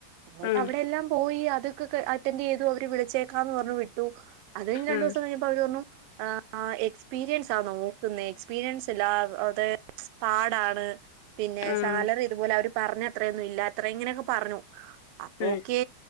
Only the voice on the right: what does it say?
എന്നിട്ട്
അവിടെ എല്ലാം പോയി അത്.. അറ്റൻഡ് ചെയ്തു അവര് വിളിച്ചേക്കാന്ന് പറഞ്ഞു വിട്ടു അത്കൈഞ് രണ്ടു
ദിവസം കഴിഞാ പ്പോ.. അവര് പറഞ്ഞു ആഹ് എക്സ്പീരിയൻസാ നോക്കുന്ന എക്സ്പീരിയൻസ് അല്ലാതെ പാടാണ്. പിന്നെ
സാലറി ഇതുപോലെ അവര് പറഞ്ഞ അത്രയൊന്നും ഇല്ല അത്ര ഇങ്ങനെയൊക്കെ പറഞ്ഞു അപ്പൊ
ഒക്കെ